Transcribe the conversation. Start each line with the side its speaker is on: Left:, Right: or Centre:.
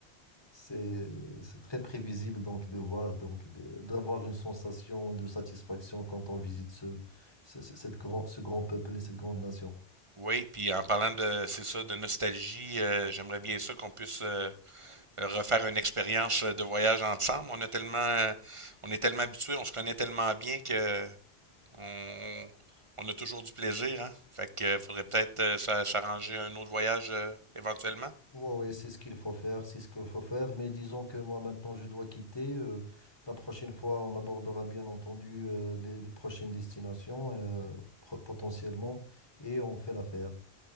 Left: c'est c'est très prévisible donc de voir donc de- d'avoir une sensation de satisfaction quand on visite ce ce- ce- cette grand, ce grand peuple et cette grande nation.
Right: Oui, puis en parlant de, c'est ça, de nostalgie, euh, j'aimerais bien ça qu'on puisse euh, refaire une expérience euh, de voyage ensemble. On a tellement, euh, on est tellement habitués, on se connaît tellement bien que On, on a toujours du plaisir, hein? Fait que euh, faudrait peut-être euh, s'a- s'arranger un autre voyage euh, éventuellement.
Left: Oui, c'est ce qu'il faut faire, c'est ce qu'il faut faire. Mais disons que moi, maintenant, je dois quitter. Euh, la prochaine fois, on abordera bien entendu euh, les, les prochaines destinations euh, pro- potentiellement et on fait l'affaire.